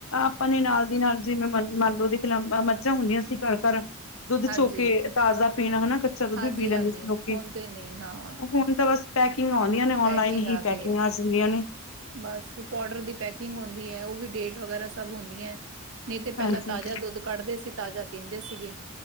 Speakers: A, on the left (about 70°); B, on the right (about 60°).
A: ਆਪਾਂ ਨੇ ਨਾਲ ਦੀ ਨਾਲ ਜਿਵੇਂ ਨ ਮੰਨ ਲਓ ਦੇਖ ਲਾ ਮੱਝਾਂ ਹੁੰਦੀਆਂ ਸੀ ਘਰ ਘਰ ਦੁੱਧ ਚੋ
B: ਹਾਂਜੀ
A: ਕੇ ਤਾਜ਼ਾ ਪੀਣਾ ਹਨਾ ਕੱਚਾ ਦੁੱਧ
B: ਹਾਂਜੀ-ਹਾਂਜੀ
A: ਵੀ ਪੀ ਲੈਂਦੇ ਸੀ ਲੋਕ
B: ਹੁਣ ਤੇ ਨਹੀਂ ਹਾਂ
A: ਫੁਨ ਤਾਂ ਬਸ ਪੈਕਿੰਗ ਆਉਂਦੀਆਂ ਨੇ
B: ਪੈਕਿੰਗ
A: ਔਨਲਾਈਨ ਹੀ
B: ਆ
A: ਪੈਕਿੰਗਾਂ
B: ਗਈ ਹੈ
A: ਆ ਜਾਂਦੀਆਂ ਨੇ।
B: ਬਸ, ਪਾੋਡਰ ਦੀ ਪੈਕਿੰਗ ਹੁੰਦੀ ਹੈ ਉਹ ਵੀ ਡੇਟ ਵਗੈਰਾ ਸਭ ਹੁੰਦੀਆਂ ਐ ਨਹੀਂ ਤੇ, ਪਹਿਲਾਂ
A: ਹਾਂਜੀ
B: ਤਾਜ਼ਾ ਦੁੱਧ ਕੱਢਦੇ ਸੀ ਤਾਜ਼ਾ ਪੀਂਦੇ ਸੀਗੇ